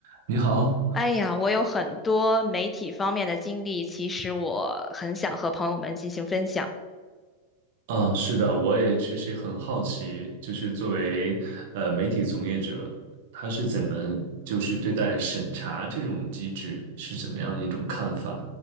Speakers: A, on the right; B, on the left.
A: 你好，
B: 哎呀，我有很多媒体方面的经历，其实我很想和朋友们进行分享。
A: 啊，是的，我也确实很好奇，就是作为呃媒体从业者，他是怎么就是对待审查这种机制是怎么样的一种看法？